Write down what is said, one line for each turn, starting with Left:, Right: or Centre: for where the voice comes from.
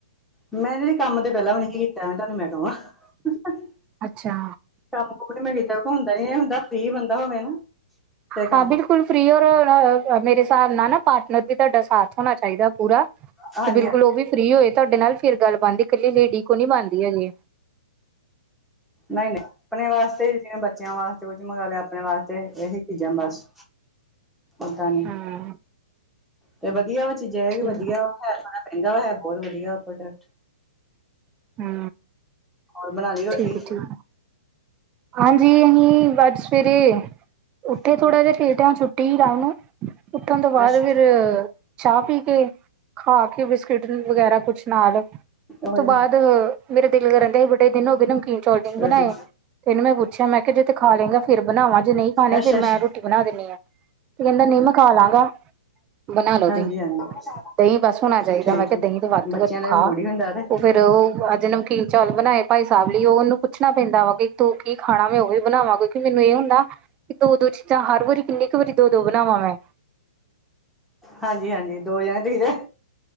Centre: ਮੈਂ ਜਿਹੜੀ ਕੰਮ ਤੇ ਪਹਿਲਾਂ ਵੀ ਨਹੀਂ ਸੀ ਕੀਤਾ ਤੁਹਾਨੂੰ ਮੈਂ ਕਵਾਂ <inaudible>
Right: ਅੱਛਾ
Centre: ਕੰਮ ਕੂਂਮ ਨੀ ਮੈਂ ਕੀਤਾ ਹੁੰਦਾ ਨੀ ਏ ਹੁੰਦਾ ਫਰੀ ਬੰਦਾ ਹੋਵੇ ਨਾ। ਫਿਰ ਕੰਮ
Right: ਹਾਂ ਬਿਲਕੁਲ ਫ੍ਰੀ ਔਰ ਰ ਮੇਰੇ ਹਿਸਾਬ ਨਾਲ ਨਾ ਪਾਰਟਨਰ ਵੀ ਤੁਹਾਡਾ ਸਾਥ ਹੋਣਾ ਚਾਹੀਦਾ ਪੂਰਾ ਕਿ
Centre: ਹਾਂਜੀ
Right: ਬਿਲਕੁਲ
Centre: ਹਾਂਜੀ
Right: ਉਹ ਵੀ ਫਰੀ ਹੋਏ ਤੁਹਾਡੇ ਨਾਲ ਫਿਰ ਗੱਲ ਬਣਦੀ ਇਕੱਲੀ ਲੇਡੀ ਕੋ ਨੀ ਬਣਦੀ ਹੈਗੀ।
Centre: ਨਹੀਂ-ਨਹੀਂ ਆਪਣੇ ਵਾਸਤੇ ਜਿ ਬੱਚਿਆਂ ਵਾਸਤੇ ਕੁਝ ਮੰਗਵਾ ਲਿਆ ਆਪਣੇ ਵਾਸਤੇ ਇਹੀ ਚੀਜ਼ਾਂ ਬਸ
Right: <inaudible>
Centre: ਓਦਾਂ ਨੀ
Right: ਹੂੰ
Centre: ਤੇ ਵਧੀਆ ਵ ਚੀਜ਼ਾਂ
Right: ਠੀਕ
Centre: ਹੈ ਵਧੀਆ ਵਾ। ਹੈ ਥੋੜਾ ਮਹਿੰਗਾ ਵਾ ਹੈ ਬਹੁਤ ਵਧੀਆ ਪ੍ਰੋਡਕਟ
Right: ਹੂੰ
Centre: ਹੋਰ ਬਣਾ ਲਈ ਰੋਟੀ
Right: ਠੀਕ ਹੈ ਠੀਕ ਹਾਂਜੀ ਅਹੀ ਬਸ ਸਵੇਰੇ ਉੱਥੇ ਥੋੜ੍ਹਾ ਜੇ ਲੇਟ ਹਾ ਛੁੱਟੀ ਹੀ ਰਾਮ ਨਾਲ ਉਠਨ ਤੋਂ ਬਾਅਦ
Centre: ਅੱਛਾ
Right: ਫਿਰ ਚਾਹ ਪੀ ਕੇ ਖਾ ਕੇ ਬਿਸਕਿਟ ਵਗੈਰਾ ਕੁਛ ਨਾਲ ਉਸ
Centre: ਓਏ
Right: ਤੋਂ ਬਾਅਦ ਮੇਰਾ ਦਿਲ ਕਰਨ ਡੇਯਾਂ ਸੀ ਬੜੇ ਦਿਨ ਹੋ ਗਏ ਨਮਕੀਨ ਚੌਲ ਜੇ ਨੀ ਬਣਾਏ।
Centre: ਰੋਟੀ
Right: ਮ ਪੁੱਛਿਆ ਮੈਂ ਕਿਹਾ ਜੇ ਤੇ ਖਾ ਲੇਗਾ ਫਿਰ ਬਨਾਵਾ ਜੇ ਨਹੀ ਖਾਨੀ
Centre: ਅੱਛਾ
Right: ਮੈਂ
Centre: ਅੱਛਾ
Right: ਰੋਟੀ ਬਣਾ ਦਿੰਦੀ ਆਂ। ਤੇ ਕਹਿੰਦਾ ਨਹੀ ਮੈ ਖਾ ਲਾਂਗਾ। ਬਨਾ ਲੋ
Centre: ਹਾਂਜੀ
Right: ਦਹੀ-
Centre: ਹਾਂਜੀ
Right: ਦਹੀ ਬਸ ਹੋਣਾ ਚਾਹੀਦਾ
Centre: ਠੀਕ
Right: ਮੈਂ ਕਿਹਾ ਦਹੀ ਤੋਂ ਵਾਧੂ
Centre: ਬੱਚਿਆਂ
Right: ਵ ਤੂੰ
Centre: ਦਾ
Right: ਖਾ
Centre: ਮੂਡ ਹੀ ਹੁੰਦਾ ਤੇ
Right: ਫੇਰ ਉਹ ਅੱਜ ਨਮਕੀਨ ਚੌਲ ਬਨਾਏ ਭਾਈ ਸਾਹਿਬ ਲਈ ਉਹ ਉਹਨੂੰ ਪੁੱਛਣਾ ਪੈਂਦਾ ਵਾ ਕਿ ਤੋ ਕੀ ਖਾਣਾ ਮੈਂ ਉਹ ਵੀ ਬਨਾਵਾਂ ਕਿਉਂਕਿ ਮੈਨੂੰ ਇਹ ਹੁੰਦਾ ਕਿ ਦੋ- ਦੋ ਚੀਜ਼ਾਂ ਹਰ ਵਾਰੀ ਕਿੰਨੀ ਕੁ ਵਾਰੀ ਦੋ ਦੋ ਬਨਾਵਾਂ ਮੈਂ
Centre: ਹਾਂਜੀ- ਹਾਂਜੀ ਦੋ ਜਾਣੇ ਤੀ ਜ <inaudible>